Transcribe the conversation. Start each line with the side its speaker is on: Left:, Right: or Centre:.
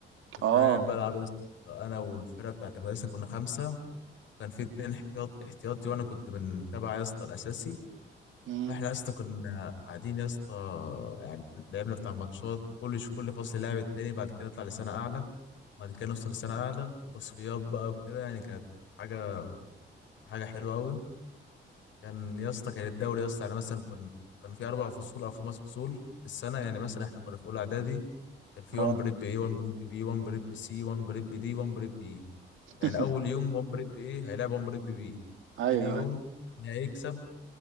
Left: كنت
Right: آه
Left: انا قاعد بلعب يا اسطى انا والفرقه بتاعت المدرسه كنا خمسه كان في اتنين احتياط احتياطي وانا كنت من تبع يا اسطى الاساسي
Right: مم.
Left: احنا يا اسطى كنا قاعدين يا اسطى يعني لعبنا بتاع ماتشات كل ش- كل فصل لاعب التاني بعد كده نطلع لسنة أعلى بعد كده نوصل لسنة أعلى وتصفيات بقى وكده يعني كانت حاجة حاجة حلوة أوي كان يا اسطى كان الدوري يا اسطى يعني مثلا كان كان في أربع فصول أو خمس فصول في السنة يعني مثلا احنا كنا في أولى إعدادي كان في
Right: اه
Left: 1 بريب A 1 بريب B 1 بريب C 1 بريب D 1 بريب E
Right: <laughs>
Left: يعني أول يوم 1 بريب A هيلعب 1 بريب B
Right: ايوه
Left: تاني يوم
Right: ايوه
Left: اللي هيكسب